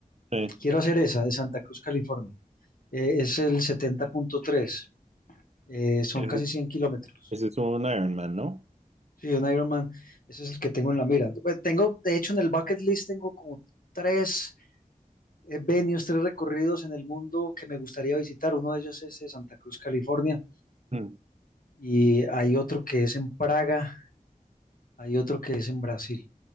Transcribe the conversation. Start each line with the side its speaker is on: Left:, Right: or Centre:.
Right: sí.
Left: Quiero hacer esa de Santa Cruz, California. Eh, es el 70.3. eh, son
Right: Ese
Left: casi
Right: es
Left: 100 kilómetros.
Right: ese es un Ironman, ¿no?
Left: Sí, un Ironman, ese es el que tengo en la mira. Pues tengo, de hecho, en el bucket list tengo como tres eh, venues, tres recorridos en el mundo que me gustaría visitar. Uno de ellos es eh, Santa Cruz, California,
Right: Mm.
Left: y hay otro que es en Praga, hay otro que es en Brasil.